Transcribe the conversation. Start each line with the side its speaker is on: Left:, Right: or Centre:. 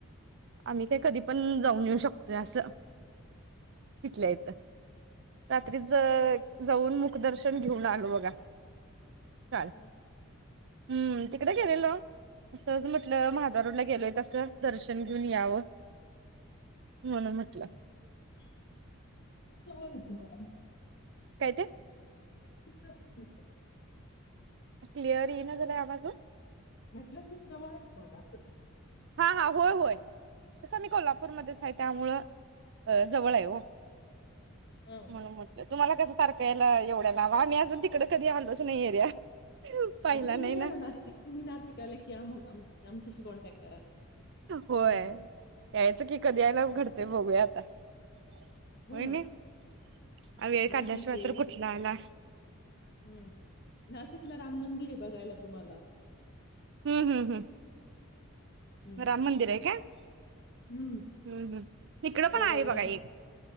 Right: आम्ही काय कधी पण जाऊन येऊ शकतोय असं इथल्या इथ रात्री
Left: चांगलं
Right: जाऊन मुखदर्शन घेऊन आलो बघा काल
Left: हो <unintelligible>
Right: हम्म तिकडे गेलेलो असं म्हटलं माधव रोडला गेलोय तसं दर्शन दर्शन घेऊन यावं
Left: हम्म
Right: म्हणून म्हटलं
Left: <unintelligible>
Right: काय ते
Left: <unintelligible>
Right: क्लिअर येईना झालाय आवाज ओ
Left: म्हटलं खूप जवळ आहेत तुम्हाला <unintelligible>
Right: हा हा होय होय असं मी कोल्हापूरमध्येच आहे त्यामुळं जवळ आहे हो
Left: हो.
Right: म्हणून म्हटलं तुम्हाला कस सारख याय एवढ्याला आम्ही अून तिकडे कधी आलोच नाही एरिया पाहिला
Left: आता तुम्ही
Right: नाही
Left: या ना नास्तिक तुम्ही नाशिक आले कि आम आमच्याशी कॉन्टॅक्ट करा
Right: होय
Left: हम्म.
Right: यायचं की कधी यायला घडते बघूयात <unintelligible> होय
Left: हो ना
Right: नाही वेळ काढल्या
Left: नाशिक
Right: शिवाय
Left: आहे
Right: तर कुठला आला
Left: हम्म नाशिकला राम मंदिर आहे बघायला तुम्हाला
Right: हम्म हम्म हम्म
Left: हम्म.
Right: राम मंदिर आहे का हम्
Left: हं.
Right: हम् इकड पण
Left: गोदावरी
Right: आहे बघा एक